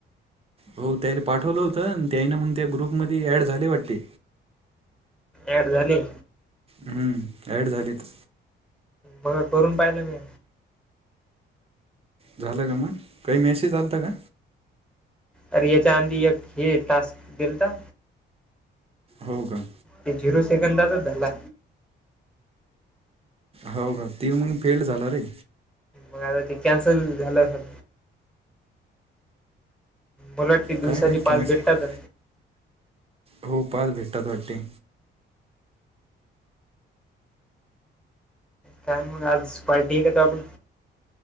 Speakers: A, on the right (about 30°); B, in the centre.
A: हो त्यारी पाठवलं होतं. त्यायन मग त्या ग्रुप मध्ये ऍड झालं वाटते.
B: ऍड झाले.
A: हम्म ऍड झालीत.
B: बघ करून पाहिलं मी.
A: झालं ग मग. काही मेसेज आलता का?
B: अरे याच्या आधी एक हे टास्क दिलता.
A: हो का.
B: ते झिरो सेकंदातच झाला.
A: हो का ती मग फेल झाला रे!
B: मग आता ते कॅन्सल झालं असेल. उलट ती दिवसाचे
A: काय माहीत
B: पाच
A: कॅन्सल
B: भेटतात.
A: हो पाच भेटतात वाटते.
B: काय मग आज पार्टी आहे का तुया कडून?